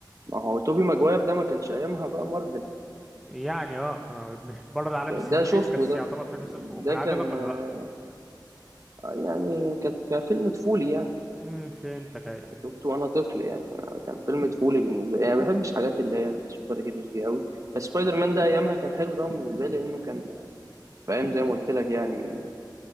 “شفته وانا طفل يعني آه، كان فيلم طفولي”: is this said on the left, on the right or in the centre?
Right